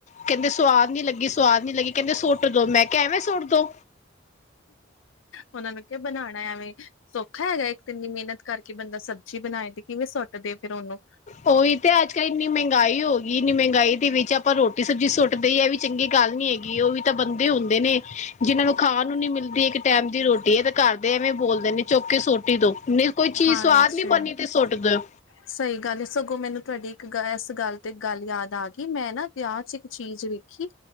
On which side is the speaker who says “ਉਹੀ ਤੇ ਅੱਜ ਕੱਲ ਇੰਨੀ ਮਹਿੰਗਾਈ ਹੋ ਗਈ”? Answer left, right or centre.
Left